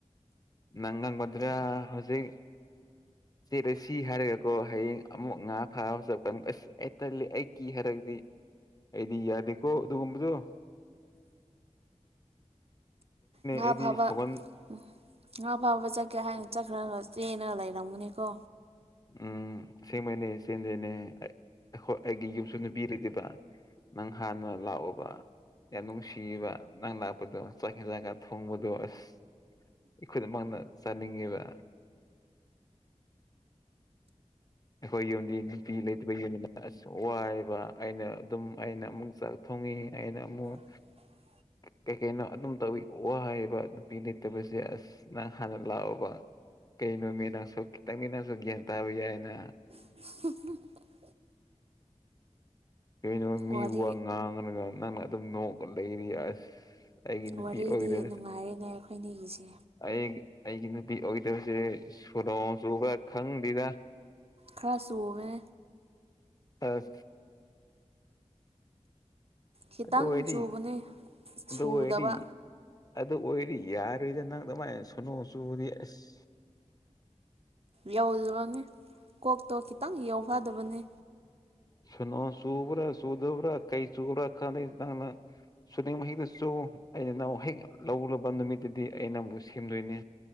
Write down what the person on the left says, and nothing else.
ꯃꯒꯥꯜ ꯃꯗ꯭ꯔꯥ ꯍꯧꯖꯤꯛ ꯆꯦꯂ ꯁꯤ ꯍꯥꯏꯔꯒꯀꯣ ꯍꯌꯦꯡ ꯑꯃꯨꯛ ꯉꯥ ꯐꯥꯔ ꯆꯠꯄ ꯑꯁ ꯑꯩ ꯇꯜꯂꯤ ꯑꯩ ꯀꯤ ꯍꯥꯏꯔꯒꯗꯤ ꯑꯩꯗꯤ ꯌꯥꯗꯦꯀꯣ ꯑꯗꯨꯒꯨꯝꯕꯗꯣ <unintelligible>
ꯑꯩꯗꯤ ꯁꯥꯎꯒꯟ
ꯎꯝ ꯁꯦꯡꯃꯩꯅꯦ ꯆꯦꯟꯗꯩꯅꯦ ꯑꯩꯈꯣꯏ ꯑꯩꯒꯤ ꯌꯨꯝꯁꯨ ꯅꯨ ꯄꯔꯗꯦꯕ ꯅꯪ ꯍꯥꯟꯅ ꯂꯥꯛꯑꯣꯕ ꯌꯥꯝ ꯅꯨꯡꯁꯤꯕ ꯅꯪ ꯂꯥꯛꯄꯗꯣ ꯆꯥꯛꯈꯦꯜ ꯒꯥ ꯊꯣꯡꯕꯗꯣ ꯑꯁ ꯑꯩꯈꯣꯏꯗꯝꯃꯛꯅ ꯆꯥꯅꯤꯡꯉꯤꯕ ꯑꯩꯈꯣꯏ ꯌꯣꯟꯗꯤ ꯅꯨꯄꯤ ꯂꯩꯇꯕ ꯌꯣꯟꯅꯤꯅ ꯑ ꯋꯥꯕ ꯑꯩꯅ ꯑꯗꯨꯝ ꯑꯩꯅ ꯑꯃꯨꯛ ꯊꯣꯡꯉꯤ ꯑꯩꯅ ꯑꯃꯨꯛ
ꯀꯩ ꯀꯩꯅꯣ ꯑꯗꯨꯝ ꯇꯧꯋ ꯋꯥ ꯍꯥꯏꯌꯦꯕ ꯅꯨꯄꯤ ꯂꯩꯇꯕꯁꯦ ꯑꯁ ꯅꯪ ꯍꯥꯟꯅ ꯂꯥꯛꯑꯣꯕ ꯀꯩꯅꯣ ꯃꯤ ꯅꯪꯁꯨ ꯈꯤꯇꯪꯅꯤ ꯅꯪꯁꯨ ꯒ꯭ꯌꯥꯟ ꯇꯥꯕ ꯌꯥꯏꯅ
ꯀꯩꯅꯣ ꯃꯤ
ꯋꯥ ꯉꯥꯡꯉꯒ ꯅꯪꯅ ꯑꯗꯨꯝ ꯅꯣꯛꯑ ꯂꯩꯔꯤ ꯑꯁ ꯑꯩꯒꯤ ꯅꯨꯄꯤ
ꯑꯣꯏꯗꯕꯁꯦ
ꯑꯩ ꯑꯩꯒꯤ ꯅꯨꯄꯤ ꯑꯣꯏꯗꯕꯁꯦ ꯁꯂꯣꯡ ꯆꯨꯕ ꯈꯪꯗꯦꯔ
ꯑ
ꯑꯗꯣ ꯑꯣꯏꯗꯤ
ꯑꯗꯣꯗꯤ
ꯑꯗꯨ ꯑꯣꯏꯔꯤ ꯌꯥꯔꯣꯏꯗ ꯅꯪ ꯑꯗꯨꯃꯥꯏꯅ ꯁꯨꯅꯨ ꯆꯨꯗꯤ ꯑꯁ
ꯁꯅꯣ ꯁꯨꯕ꯭ꯔ ꯁꯨꯗꯕꯔꯥ ꯀꯩ ꯁꯨꯕ ꯔ ꯈꯥꯗꯅ ꯁꯨꯅꯤꯡ ꯃꯍꯤꯛꯇꯁꯨ ꯑꯩꯅ ꯅꯨꯛ ꯍꯦꯛ ꯂꯧꯔꯕ ꯅꯨꯃꯤꯠꯇꯨꯗꯤ ꯑꯩꯅ ꯑꯃꯨꯛ ꯁꯦꯝꯗꯣꯏꯅꯦ